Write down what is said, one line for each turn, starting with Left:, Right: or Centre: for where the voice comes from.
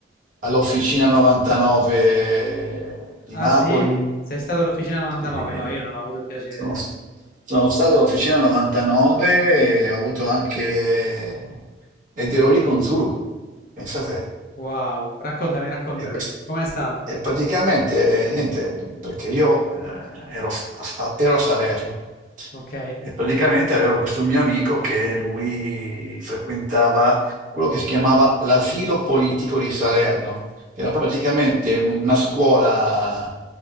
Right: all'Officina 99 di
Left: Ah
Right: Napoli.
Left: sì? Sei stato all'Officina 99?
Right: Sì.
Left: No, io non ho avuto il piacere.
Right: Sono, sono stato all'Officina 99 e ho avuto anche... ed ero lì con Zulu, pensate.
Left: Wow, raccontami, raccontami.
Right: E, quest-
Left: Com'è stato?
Right: e praticamente, eh, niente, perché io eh, ero, a, a- ero a Salerno
Left: Ok,
Right: e praticamente avevo questo mio amico che lui frequentava quello che si chiamava l'asilo politico di Salerno, che era praticamente un- una scuola